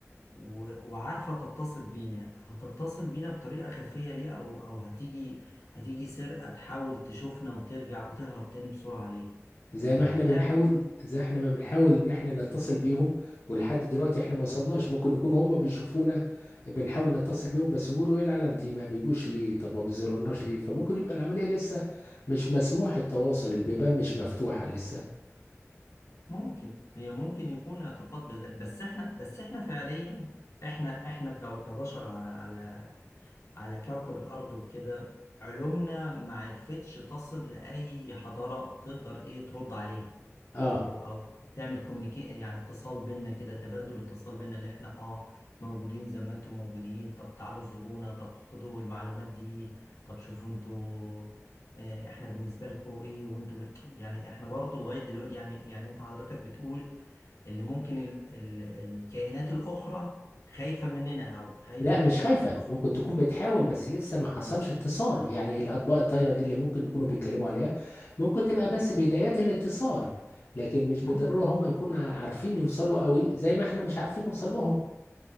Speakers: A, on the left (about 75°); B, on the left (about 50°).
A: و- وعارفة تتصل بينا هتتصل بينا بطريقة خفية ليه أو أو هتيجي هتيجي سرقة تحاول تشوفنا وترجع وتهرب تاني بسرعة ليه؟
B: زي
A: ما
B: ما احنا
A: هتعمل
B: بنحاول زي احنا ما بنحاول ان احنا نتصل بيهم ولحد دلوقتي احنا ما وصلناش ممكن يكونوا هم بيشوفونا بنحاول نتصل بيهم بس بيقولوا ايه العالم دي ما بيجوش ليه طب ما بيزورناش ليه فممكن يبقى العملية لسه مش مسموح التواصل البيبان مش مفتوحة لسه
A: ممكن هي ممكن يكون اعتقاد بذلك بس احنا بس احنا فعليا احنا احنا ك- كبشر على على على كوكب الأرض وكده علومنا ما عرفتش تصل لأي حضارة تقدر ايه ترد علينا
B: اه
A: او او تعمل كوميونيكي يعني اتصال بينا كده تبادل اتصال بينا اللي احنا اه موجودين زي ما انتم موجودين طب تعالوا زورونا طب خدوا المعلومات دي طب شوفوا انتوا آه، احنا بالنسبه لكم ايه وانتوا بن... يعني احنا برضو لغايه دلوقتي يعني يعني انت حضرتك بتقول اللي ممكن ال... ال... الكائنات الاخرى خايفه مننا او خايفه
B: لا مش
A: اللي
B: خايفة
A: هي تقتصد
B: ممكن تكون بتحاول بس لسه ما حصلش اتصال يعني الأطباق الطايرة دي اللي ممكن يكونوا بيتكلموا عليها ممكن تبقى بس بدايات الاتصال لكن مش
A: ممكن
B: بالضرورة هم يكونوا عارفين يوصلوا قوي زي ما احنا مش عارفين نوصل لهم